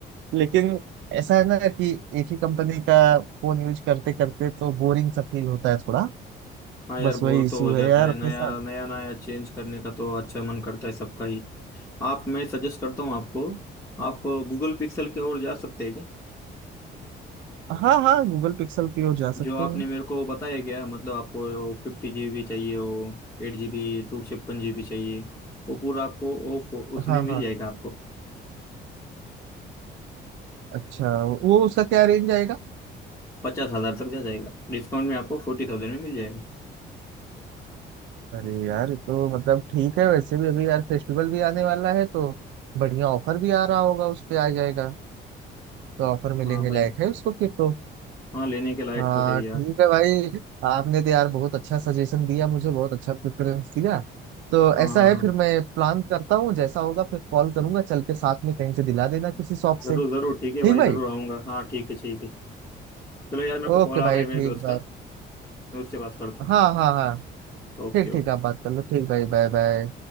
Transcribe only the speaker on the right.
लेकिन ऐसा है ना कि एक ही कंपनी का फोन यूज करते करते तो बोरिंग सा फील होता है थोड़ा
बस
वही इशू
है यार
अपने
साथ
हाँ हाँ गूगल पिक्सल की ओर जा सकते
हैं
हाँ
हाँ
अच्छा वो उसका क्या रेंज आएगा
अरे यार ये तो मतलब ठीक है वैसे भी अभी यार फेस्टिवल भी आने वाला है तो बढ़िया ऑफर भी आ रहा होगा उस पे आ जाएगा तो ऑफर में
लेने
लायक है उसको फिर तो
हाँ
ठीक है भाई आपने तो यार बहुत अच्छा सजेशन दिया मुझे बहुत अच्छा प्रेफरेंस दिया तो
ऐसा
है
फिर मैं प्लान करता हूँ जैसा होगा फिर कॉल करूंगा चल के साथ में कहीं से दिला देना किसी शॉप
से
ठीक
भाई
ओके
भाई
ठीक
भाई
हाँ हाँ हाँ
ठीक ठीक
आप बात कर लो ठीक भाई बाय बाय